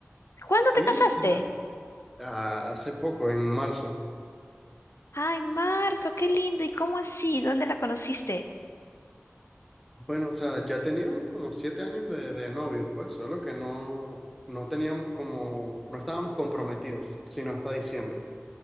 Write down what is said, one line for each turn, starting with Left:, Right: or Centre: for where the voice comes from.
Left: ¿Cuándo
Centre: Sí,
Left: te casaste?
Centre: o sea, ah, hace poco, en marzo.
Left: Ay, marzo, qué lindo. ¿Y cómo así? ¿Dónde la conociste?
Centre: Bueno, o sea, ya teníamos como siete años de, de novios, pues, solo que no, no teníamos como, no estábamos comprometidos, sino hasta diciembre.